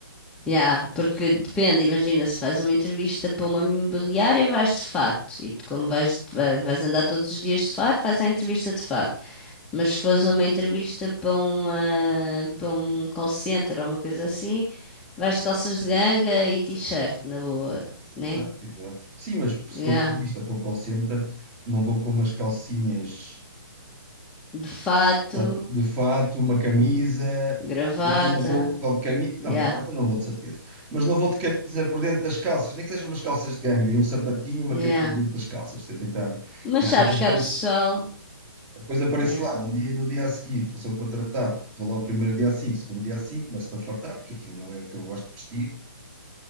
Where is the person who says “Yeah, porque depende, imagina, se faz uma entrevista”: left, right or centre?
Centre